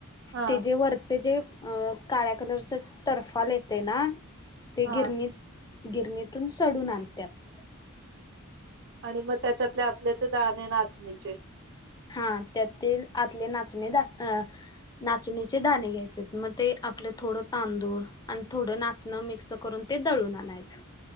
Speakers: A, on the right; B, on the left.
A: हा
B: ते जे वरचे जे अ काळ्या कलरचा टर्फाल येते ना ते
A: हा
B: गिरणीत गिरणीतून सडून आणत्यात
A: आणि मग त्याच्यातले आतले ते दाणे नाचणीचे
B: हा त्यातील आतले नाचणे अ नाचणीचे दाणे घ्यायचे मग ते आपलं थोडं तांदूळ आणि थोडं नाच मिक्स करून ते दळून आणायच